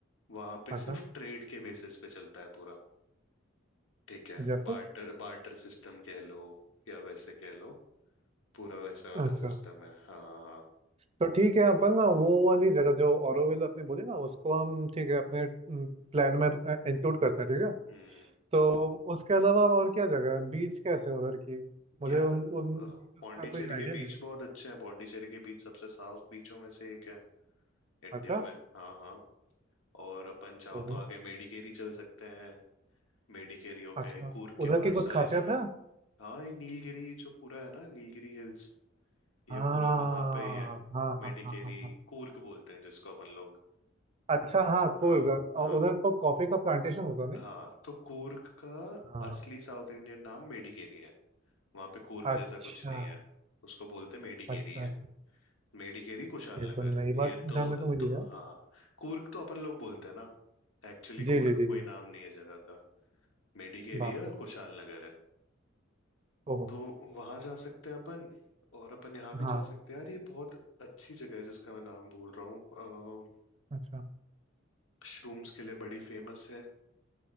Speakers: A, on the left; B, on the right.
A: वहां पे
B: अच्छा
A: सिर्फ ट्रेड के बेसिस पे चलता है पूरा ठीक है
B: जैसे
A: बार्टर बार्टर सिस्टम कह लो या वैसे कह लो पूरा वैसा वाला
B: अच्छा
A: सिस्टम है हाँ
B: तो ठीक है अपन ना वो वाली जगह जो ऑरोविल अपने बोली ना उसको हम ठीक है अपने प्लान में इंक्लूड करते हैं ठीक है
A: हम्म
B: तो उसके अलावा और क्या जगह है बीच कैसे हैं उधर की मुझे
A: यार
B: उन
A: अ,
B: उन बीचेस
A: पौंडीचेरी
B: का कोई आइडिया
A: के बीच
B: नहीं है मेरे
A: बहुत
B: को
A: अच्छे हैं पौंडीचेरी के बीच सबसे साफ बीचों में से एक है इंडिया
B: अच्छा
A: में हाँ हाँ और अपन चाहो
B: ओहो
A: तो आगे मेडिकेरी चल सकते हैं मेडिकेरी हो
B: अच्छा
A: गया ये कूर्ग के
B: उधर
A: पास
B: की कुछ
A: वाली
B: खासियत
A: जगह
B: है
A: हाँ ये नीलगिरी जो पूरा है ना नीलगिरी हिल्स ये
B: हाँ
A: पूरा वहां पे ही है
B: हाँ हाँ
A: मेडिकेरी
B: हाँ हाँ हाँ
A: कूर्ग बोलते हैं जिसको अपन लोग
B: अच्छा हाँ कोलगा
A: हाँ
B: और
A: हाँ
B: उधर तो कॉफी का प्लांटेशन होता नहीं
A: हाँ तो कूर्ग का
B: हाँ
A: असली साउथ इंडियन नाम मेडिकेरी है वहां पे कूर्ग
B: अच्छा
A: जैसा कुछ नहीं है उसको बोलते हैं मेडिकेरी
B: अच्छा
A: है
B: अच्छा
A: मेडिकेरी कुशाल
B: ये तो
A: नगर
B: नई बात
A: ये दो,
B: जानने को
A: दो
B: मिली है
A: हाँ कूर्ग तो अपन लोग बोलते हैं ना एक्चुअली
B: जी
A: कूर्ग
B: जी जी
A: कोई
B: जी
A: नाम नहीं है जगह का मेडिकेरी
B: बाप
A: है और
B: रे
A: कुशाल नगर है
B: ओहो
A: तो वहां जा सकते हैं अपन और अपन यहाँ भी
B: हाँ
A: जा सकते हैं यार ये बहुत अच्छी जगह है जिसका मैं नाम भूल रहा हूँ
B: अच्छा
A: मशरूम्स के लिए बड़ी फेमस है